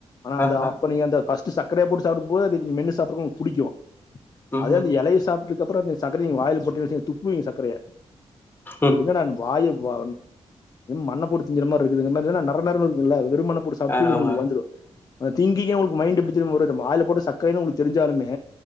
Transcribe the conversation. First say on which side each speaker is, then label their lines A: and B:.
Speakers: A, on the left; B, on the left.
A: ஆனா
B: ஆ
A: அந்த
B: ஆ
A: அப்ப நீங்க அந்த ஃபஸ்ட் சக்கரைய போட்டு சாப்டும் போதுஅத நீங்கமென்னு சாப்புடறது புடிக்கு
B: ம்
A: அதே
B: ம்
A: அந்த இலைய சாப்பிட்டுதுக்குப்புறோ நீங்க சக்கரைங்க வாயில போட்டு துப்புவீங்க சக்கரைய
B: ம்
A: சக்கரயே அந்த வாயே வா மண்ண போட்டு திங்கற மாறி இருக்குது இத மாரிதான நர நரனு இருக்குல இருமன புடிச் அது
B: ஆ
A: பீலிங்கு
B: ஆமா
A: வந்துரு திங்கிங்க உங்களுக்கு மைண்ட் எப்புடி ஒரு வாய போட்டு சக்கரையினு தெரி்சாலுமே